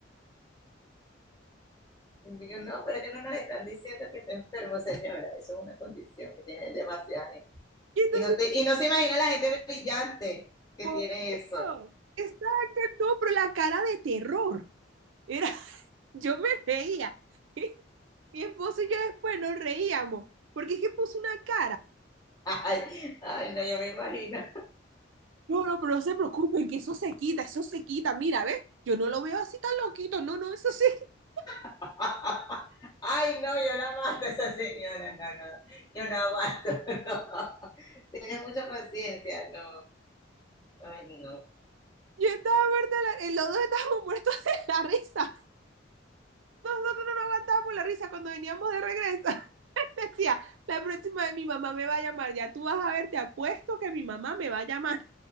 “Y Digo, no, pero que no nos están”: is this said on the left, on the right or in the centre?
Left